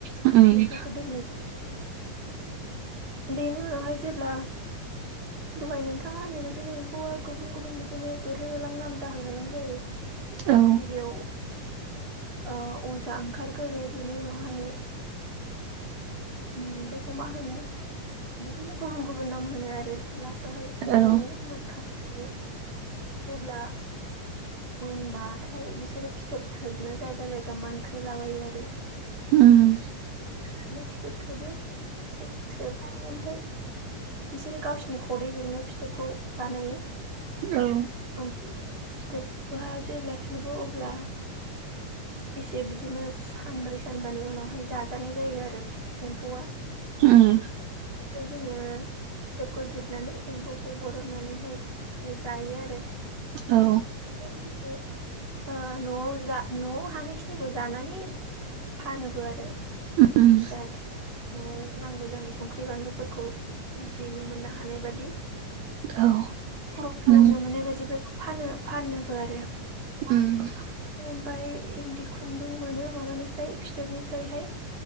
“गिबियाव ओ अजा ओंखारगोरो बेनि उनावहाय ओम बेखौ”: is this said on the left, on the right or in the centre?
Right